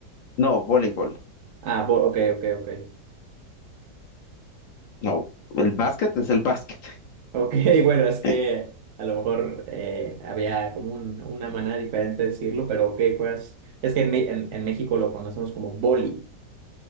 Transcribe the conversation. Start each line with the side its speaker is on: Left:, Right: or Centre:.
Left: No, voleibol.
Right: Ah, vo- ok, ok, ok.
Left: No, el básquet es el básquet.
Right: Ok, <laughs> bueno, es que
Left: <laughs>
Right: a lo mejor eh, había como un- una manera diferente de decirlo, pero ok, juegas. Es que en, Me- en- en México lo conocemos como voli,